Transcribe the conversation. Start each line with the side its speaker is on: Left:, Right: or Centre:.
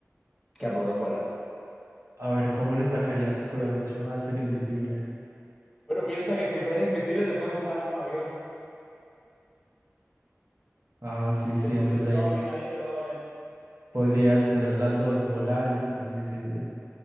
Centre: que a poder volar.
Right: A ver, ¿cómo le sacarías provecho a ser invisible?
Centre: Bueno, piensa que si eres invisible te puedes montar en un avión
Right: Ah, sí, sí,
Centre: de polizón
Right: entonces ahí
Centre: y nadie te va a ver.
Right: podrías tener las dos, volar y ser invisible.